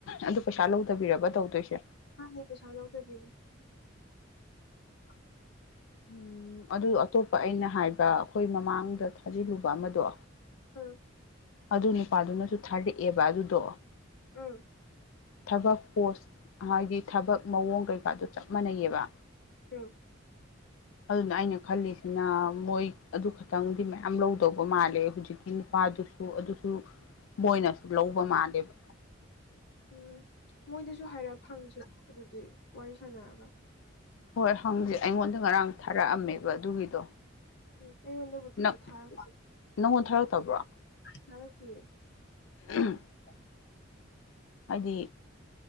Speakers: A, on the left; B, on the left.
A: ꯑꯗꯨ ꯄꯩꯁꯥ ꯂꯧꯗꯕꯤꯔꯕ ꯇꯧꯗꯣꯏꯁꯦ
B: ꯃꯥꯅꯦ ꯄꯩꯁꯥ ꯂꯧꯗꯕꯤꯅꯦ <unintelligible>
A: ꯎꯝ ꯑꯗꯨ ꯑꯇꯣꯞꯄ ꯑꯩꯅ ꯍꯥꯏꯕ ꯑꯩꯈꯣꯏ ꯃꯃꯥꯡꯗ ꯊꯥꯖꯤꯜꯂꯨꯕ ꯑꯃꯥꯗꯣ
B: ꯎꯝ
A: ꯑꯗꯨ ꯅꯨꯄꯥꯗꯨꯅꯁꯨ ꯊꯥꯔꯛꯑꯦꯕ ꯑꯗꯨꯗꯣ
B: ꯎꯝ
A: ꯊꯕꯛ ꯄꯣꯁꯠ ꯍꯥꯏꯗꯤ ꯊꯕꯛ ꯃꯑꯣꯡ ꯀꯩꯀꯥꯗꯨ ꯆꯞ ꯃꯥꯟꯅꯩꯌꯦꯕ
B: ꯎꯝ
A: ꯑꯗꯨꯅ ꯑꯩꯅ ꯈꯜꯂꯤꯁꯤꯅ ꯃꯣꯏ ꯑꯗꯨ ꯈꯛꯇꯪꯗꯤ ꯃꯌꯥꯝ ꯂꯧꯗꯧꯕ ꯃꯥꯜꯂꯦ ꯍꯧꯖꯤꯛꯀꯤ ꯅꯨꯄꯥ ꯗꯨꯁꯨ ꯑꯗꯨꯁꯨ ꯃꯣꯏꯅꯁꯨ ꯂꯧꯕ ꯃꯥꯜꯂꯦꯕ
B: ꯎꯝ ꯃꯣꯏꯗꯁꯨ ꯍꯥꯏꯔꯞ ꯍꯪꯖꯦ ꯑꯗꯨꯗꯤ ꯋꯥꯔꯤ ꯁꯥꯟꯅꯔꯒ
A: ꯍꯣꯏ ꯍꯪꯁꯦ ꯑꯩꯉꯣꯟꯗ ꯉꯔꯥꯡ ꯊꯥꯔꯛꯑꯝꯃꯦꯕ ꯑꯗꯨꯒꯤꯗꯣ
B: ꯎꯝ ꯑꯩꯉꯣꯟꯗꯕꯨꯗꯤ
A: ꯅꯪ
B: ꯊꯥꯔꯛ
A: ꯅꯪꯉꯣꯟ ꯊꯥꯔꯛꯇꯕ꯭ꯔꯣ
B: ꯊꯥꯔꯛꯇꯤꯌꯦ
A: <unintelligible>
B: <inaudible>
A: ꯍꯥꯏꯗꯤ